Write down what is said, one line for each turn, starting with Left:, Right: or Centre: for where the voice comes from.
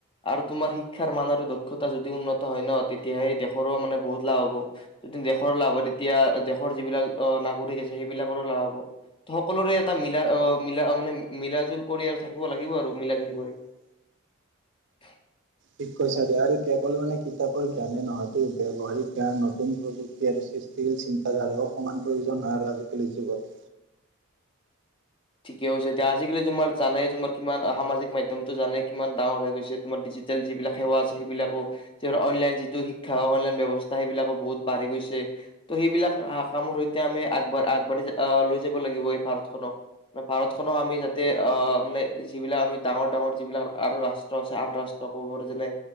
Left: আৰু তোমাৰ শিক্ষাৰ মান আৰু দক্ষতা যদি উন্নত হয় ন তেতিয়াহে দেশৰো মানে বহুত লাভ হব যদি দেশৰ লাভ হয় তেতিয়া দেশৰ যিবিলাক অ <unintelligible> <unintelligible> আছে সেইবিলাকৰো লাভ হব ত সকলোৰে এটা মিলা অহ মিলা মানে মিলা জুল কৰি আৰু থাকিব লাগিব আৰু মিলা জুলি কৰি <unintelligible>
Right: ঠিক কৈছা দিয়া আৰু কেৱল মানে, কিতাপৰ জ্ঞানে নহয়। ব্যৱহাৰিক বা নতুন প্ৰযুক্তি আৰু সৃষ্টিশীল চিন্তাধাৰাও সমান প্ৰয়োজন হয় আৰু আজিকালি যুগত
Left: ঠিকেই কৈছা দিয়া আজিকালি তোমাৰ জানাই তোমাৰ কিমান সামাজিক মাধ্যমটো জানে কিমান ডাঙৰ হৈ গৈছে তোমাৰ ডিজিটেল যিবিলাক সেৱা আছে সেইবিলাকো যিবোৰ অনলাইন যিটো শিক্ষা অনলাইন ব্যৱস্থা সেইবিলাকো বহুত বাঢ়ি গৈছে ত' সেইবিলাক কামৰ সৈতে আমি আগবাঢ- আগবাঢ়ি আ লৈ যাব লাগিব এই ভাৰতখনক। ত ভাৰতখনক আমি যাতে আহ মানে যিবিলাক আমি ডাঙৰ ডাঙৰ যিবিলাক আৰু ৰাষ্ট্ৰ আছে আন্তৰাষ্ট্ৰ কব পাৰো যেনে